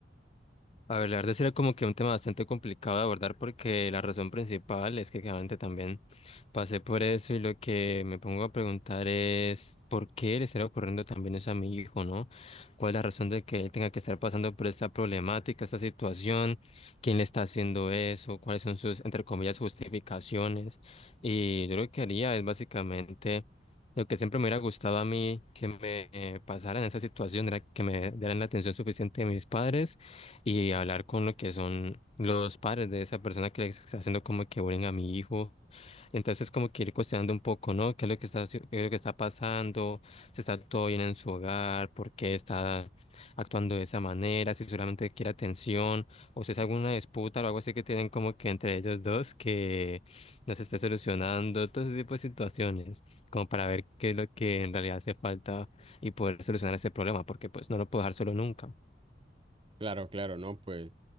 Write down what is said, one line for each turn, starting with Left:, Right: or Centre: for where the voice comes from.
Left: A ver, la verdad sí era como que un tema bastante complicado de abordar porque la razón principal es que claramente también pasé por eso y lo que me pongo a preguntar es por qué le estará ocurriendo también eso a mi hijo, ¿no? ¿Cuál es la razón de que él tenga que estar pasando por esta problemática, esta situación? ¿Quién le está haciendo eso? ¿Cuáles son sus, entre comillas, justificaciones? Y yo lo que haría es básicamente... Lo que siempre me hubiera gustado a mí que me eh, pasara en esa situación era que me dieran la atención suficiente de mis padres y hablar con lo que son los padres de esa persona que le está haciendo como que bullying a mi hijo. Entonces como que ir cuestionando un poco, ¿no? ¿Qué es lo que está, haci- qué es lo que está pasando? ¿Si está todo bien en su hogar? ¿Por qué está actuando de esa manera? ¿Si solamente quiere atención? ¿O si es alguna disputa o algo así que tienen como que entre ellos dos que no se esté solucionando? Todo ese tipo de situaciones, como para ver qué es lo que en realidad hace falta y poder solucionar ese problema, porque pues no lo puedo dejar solo nunca.
Right: Claro, claro, ¿no? Pues